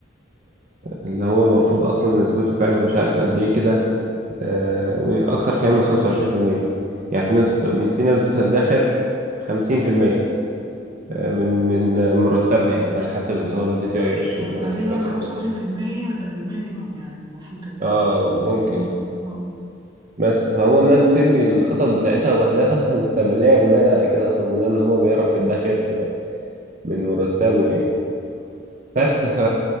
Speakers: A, on the right; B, on the right.
A: اللي هو المفروض اصلا نسبته فعلا مش عارف قد ايه كده آه، واكتر كمان من 25% يعني في ناس في ناس بتدخر 50% من من مرتبها يعني على حسب اللي هو الدي تي اي ريشيو
B: هو
A: اللي
B: تقريبا
A: انا مش فاكره
B: 25%
A: قوي
B: ده المينيمم يعني المفروض تدخر
A: اه ممكن
B: خد بالك. آه.
A: بس فهو الناس بتبني الخطط بتاعتها واهدافها <laughs> المستقبليه بناء على كده اصلا بناء ان هو بيعرف يدخر من مرتبه يعني بس ف